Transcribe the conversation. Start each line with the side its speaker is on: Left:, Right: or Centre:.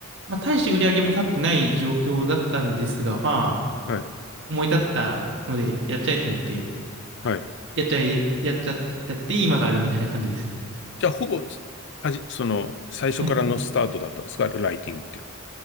Right: まあ、大して売り上げも立ってない状況だったんですが、まあ、
Left: はい、
Right: 思い立ったので、やっちゃえと思って、
Left: ええはい。
Right: やっちゃえ、やっちゃ、やって今があるみたいな感じです。
Left: じゃあ、ほぼ、はじ、その、最初からのスタートだったんですかライティングっていう
Right: はい。